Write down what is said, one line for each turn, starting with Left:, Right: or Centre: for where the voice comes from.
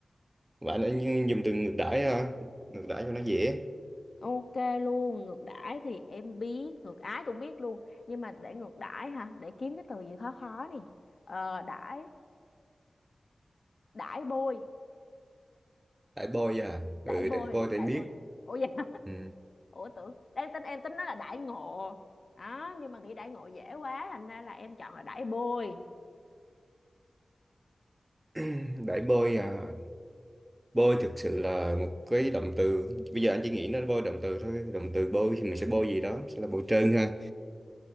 Right: bạn đã nh- dùng từ ngược đãi hả ngược đãi cho nó dễ
Left: ok luôn ngược đãi thì em biết ngược ái cũng biết luôn nhưng mà để ngược đãi hả để kiếm cái từ gì khó khó nè ờ đãi đãi bôi
Right: đãi bôi à
Left: đãi
Right: ừ
Left: bôi
Right: đãi bôi thì
Left: đãi
Right: anh biết
Left: bôi ủa vậy hả? <laughs>
Right: ừ.
Left: ủa tưởng đang tính em tính nó là đãi ngộ đó nhưng mà nghĩ đãi ngộ dễ quá thành ra là em chọn là đãi bôi
Right: <laughs> đãi bôi à bôi thực sự là một cái động từ bây giờ anh chỉ nghĩ nó bôi động từ thôi động từ bôi thì mình sẽ bôi gì đó sẽ là bôi trơn ha